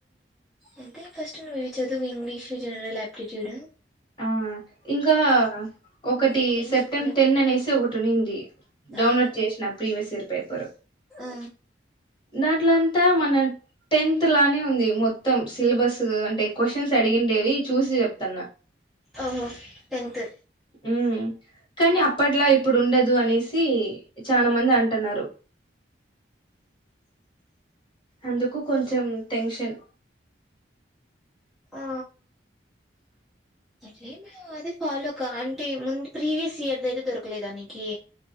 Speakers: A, in the centre; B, on the left (about 25°).
A: ఎంతే ఫస్ట్ వివించ అదు ఇంగ్లీష్ జనరల్ ఆప్టిట్యూడ్
B: ఆ ఇంకా ఒకటి
A: ఇంకేం
B: సెప్టెంబర్
A: చూడలేదు
B: టెన్ అనేసి ఒకటి నింది డౌన్లోడ్
A: ఆ
B: చేసిన ప్రీవియస్ ఇయర్ పేపరు
A: ఆ
B: దాంట్లోంతా మన టెన్త్ లానే ఉంది మొత్తం సిలబస్ అంటే క్వశ్చన్స్ అడిగిండేవి చూసి చెప్తన్నా
A: ఓహో టెన్త్
B: ఉ కానీ అప్పట్లా ఇప్పుడు ఉండదు అనేసి చాలా మంది అంటున్నారు అందుకు కొంచెం టెన్షన్
A: ఆ అరే మే అది ఫాలో క అంటే ముందు ప్రీవియస్ ఇయర్ ద అయితే దొరకలేదానికి